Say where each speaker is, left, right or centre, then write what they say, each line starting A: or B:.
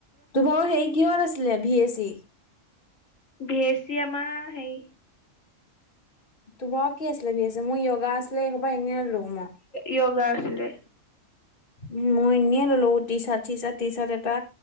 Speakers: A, on the left (about 45°); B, on the left (about 75°).
A: তোমাৰ হেৰি কিহত আছিলে V A C?
B: B A C আমাৰ সেই
A: তোমাৰ কি আছিলে ভিএচে মোৰ য়গা আছিলে এইখপা এনেই ললো মই।
B: য়গা আছিলে।
A: উ মই এনেই ললো T shirt- C shirt, T shirt এটা